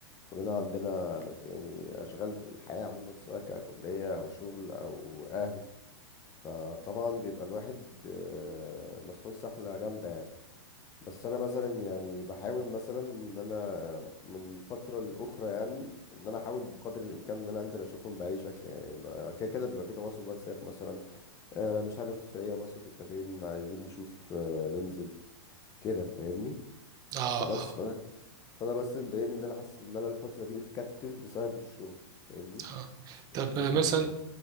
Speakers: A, on the left; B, on the right.
A: كلنا عندنا يعني اشغال في الحياه عموما سواء ككليه او شغل او اهل فطبعا بيبقى الواحد آه، مسحول سحله جامده يعني بس انا مثلا يعني بحاول مثلا ان انا من فتره لاخرى يعني ان انا احاول بقدر الامكان ان انا انزل اشوفهم باي شكل يعني ب- كده كده بيبقى في تواصل واتساب مثلا آه، مش عارف ايه يا ناصف انت فين عايزين نشوف آه، ننزل كده فاهمني
B: اه
A: فبس
B: اه
A: فانا فانا بس مضايقني ان انا حاسس ان انا الفتره دي بتكتف بسبب الشغل فاهمني
B: اه طب
A: نسبه
B: مثلا
A: كبيره